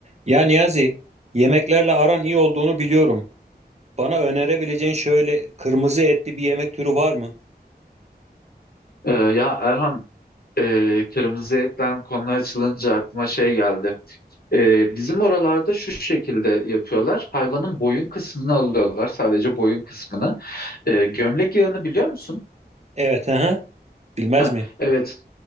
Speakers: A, on the right; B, on the left.
A: Ya Niyazi, yemeklerle aran iyi olduğunu biliyorum. Bana önerebileceğin şöyle kırmızı etli bir yemek türü var mı?
B: Ee, ya Erhan, e, kırmızı etten konu açılınca aklıma şey geldi. Ee, bizim oralarda şu şekilde yapıyorlar. Hayvanın boyun kısmını alıyorlar, sadece boyun kısmını. Ee, gömlek yağını biliyor musun?
A: Evet, aha. Bilmez
B: Heh,
A: mi?
B: evet.